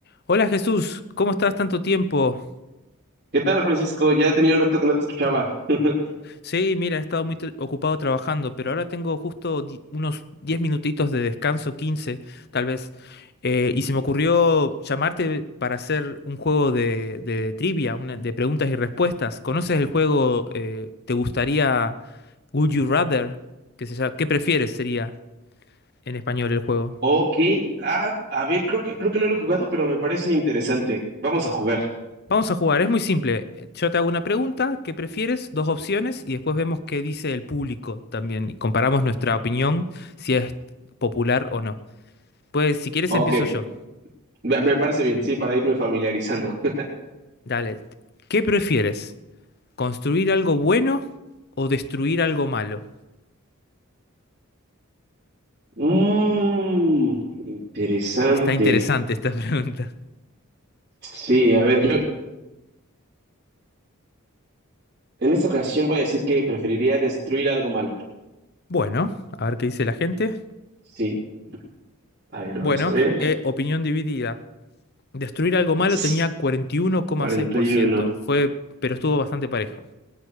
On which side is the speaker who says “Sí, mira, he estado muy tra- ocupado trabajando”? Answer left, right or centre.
Left